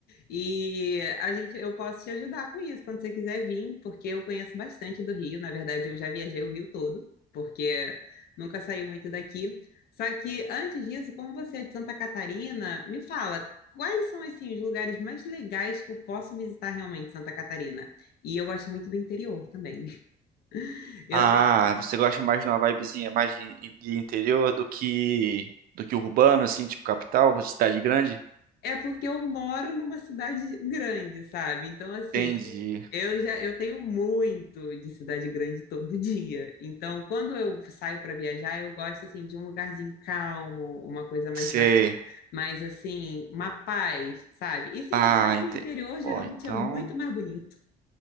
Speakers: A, on the left; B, on the right.
A: E a gente, eu posso te ajudar com isso quando você quiser vir, porque eu conheço bastante do Rio. Na verdade, eu já viajei o Rio todo, porque nunca saí muito daqui. Só que antes disso, como você é de Santa Catarina, me fala quais são assim os lugares mais legais que eu posso visitar realmente em Santa Catarina? E eu gosto muito do interior também. <laughs> Eu
B: Ah, você gosta mais de uma vibezinha mais de, de interior do que do que urbano, assim, tipo capital, cidade grande?
A: É porque eu moro numa cidade grande, sabe? Então, assim,
B: Entendi.
A: eu já eu tenho muito de cidade grande todo <laughs> dia. Então, quando eu saio para viajar, eu gosto assim de um lugarzinho calmo, uma coisa mais
B: Você.
A: bacana, mais assim, uma paz, sabe? E sem
B: Ah,
A: contar que
B: entendi.
A: o interior geralmente
B: Bom, então.
A: é muito mais bonito.